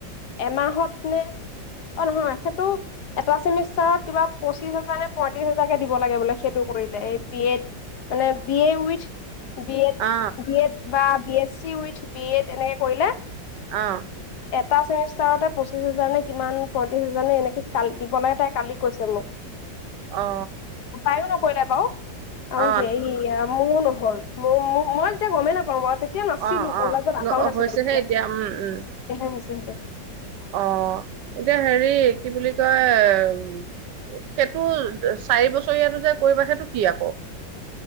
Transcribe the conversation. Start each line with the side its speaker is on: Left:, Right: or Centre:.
Left: এমাহত নে অ', নহয় সেইটো এটা চেমিষ্টাৰত কিবা পঁচিশ হাজাৰ নে পয়ত্ৰিশ হাজ জাকে দিব লাগে বোলে সেইটো কৰিলে এই বি এ মানে B A with B
Right: uh
Left: Ed বা এচি উথ বি এড এনেকে কৰিলা।
Right: আহ
Left: এটা চেমিষ্টাৰতে পঁচিশ হাজাৰ নে কিমান পঁয়ত্ৰি হাজাৰ নে এনেকে কাল দিব লাগে তাই কালি কৈছে মোক
Right: অ
Left: তাইো নকৈলো বাও আৰু
Right: অ
Left: হেৰি <inaudible> মোৰো নহ'ল মোৰ মই তেতিয়া গমেই নাপাওঁ বাৰু তেতিয়া নাছিলো
Right: অ
Left: কলেজত অহাও
Right: অ
Left: নাছিলো
Right: হৈছেহে
Left: তেতিয়া
Right: এতিয়া
Left: সয়াহে
Right: উম উম
Left: হৈছে সেইটো
Right: অ এতিয়া হেৰি কি বুলি কয় সেইটো চাৰি বছৰীয়াটো যে কৰিবা সেইটো কি আকৌ